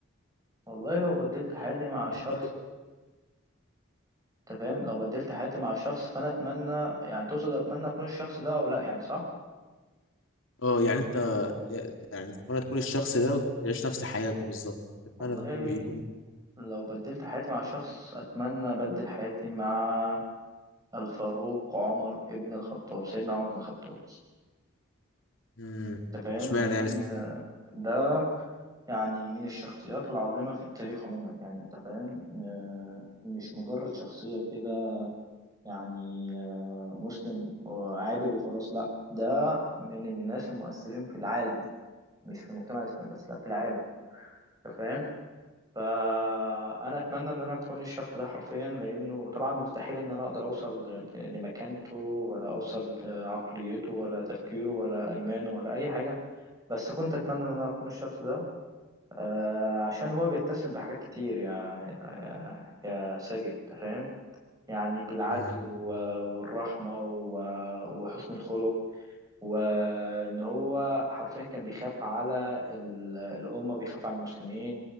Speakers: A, on the right; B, on the left.
A: والله لو بدلت حياتي مع شخص
B: حقيقي
A: انت فاهم لو بدلت حياتي مع شخص فانا اتمنى يعني تقصد اتمنى اكون الشخص ده او لا يعني صح
B: اه يعني انت يعني تتمنى تكون الشخص ده وتعيش نفس حياته بالظبط تتمنى
A: والله
B: تكون يكون
A: لو بدلت حياتي مع شخص اتمنى ابدل حياتي مع الفاروق عمر ابن الخطاب سيدنا عمر بن الخطاب
B: مم.
A: انت فاهم
B: اشمعنى
A: لان
B: يعني
A: ده يعني من الشخصيات العظيمة في التاريخ عموما يعني أنت فاهم آه، مش مجرد شخصية كده يعني آه، مسلم آه، عابر وخلاص لا ده من الناس المؤثرين في العالم مش في المجتمع الإسلامي بس لا في العالم أنت فاهم فأنا أتمنى إن أنا أكون الشخص ده حرفيا لأنه طبعا مستحيل إن أنا أقدر أوصل ل- لمكانته ولا أوصل لعقليته ولا تفكيره ولا إيمانه ولا أي حاجة بس كنت أتمنى إن أنا أكون الشخص ده آه، عشان هو بيتسم بحاجات كتير يا يا, يا ساجد أنت فاهم يعني بالعدل
B: مم.
A: و- والرحمة و- وحسن الخلق وان هو حرفيا كان بيخاف على ال- الامه بيخاف على المسلمين